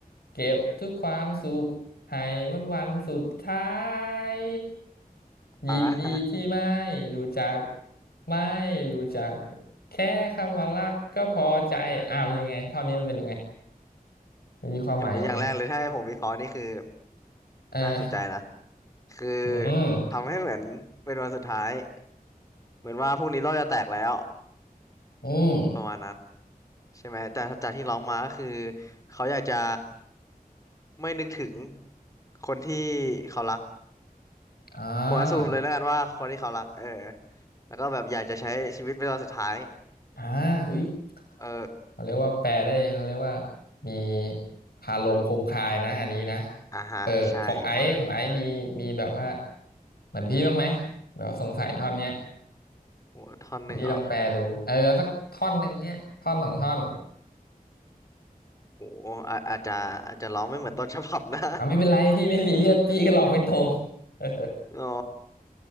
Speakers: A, on the left; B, on the left.
A: เก็บทุกความสุขให้วันวันสุดท้ายยินดีที่ไม่
B: อ่า
A: รู้จักไม่รู้จักแค่คำว่ารักก็พอใจอ้าวยังไงท่อนนี้มันเป็นยังไงมันมีความหมายยังไง
B: <laughs> อย่างไปอย่างแรกเลยถ้าให้ผมวิเคราะห์นี่คือ
A: เออ
B: น่าสนใจนะคือ
A: อืม
B: ทำให้เหมือนเป็นวันสุดท้ายเหมือนว่าพรุ่งนี้โลกจะแตกแล้ว
A: อืม
B: ประมาณนั้น ใช่ไหมแต่จากที่ร้องมาก็คือเขาอยากจะไม่นึกถึงคนที่เขารัก
A: อ่า
B: ผมอ s ซูมเลยแล้วกันว่าคนที่เขารักเออแล้วก็แบบอยากจะใช้ชีวิตเป็นตอนสุดท้าย
A: อ่าอุ๊ย
B: เออ
A: เขาเรียกว่าแปลได้เขาเรียกว่ามีคาลมคมคายนะอันนี้นะ
B: อ่าฮะใช่เออเห
A: เออของไอซ์ของไอซ์มีมีแบบว่าเหมือนพี่บ้างไหมแบบสงสัยท่อนเนี้ย
B: โหท่อนหนึ่งเหรอ
A: พี่ลองแปลดูเออเอาสักท่อนหนึ่งเนี้ยท่อนสองท่อน
B: โหอาอาจจะอาจจะร้องไม่เหมือนต้นฉบับนะ
A: อ่าไม่เป็นไรพี่ไม่ซีเรียสพี่ก็ลองไม่ตรง <laughs> เออ
B: <laughs> อ๋อ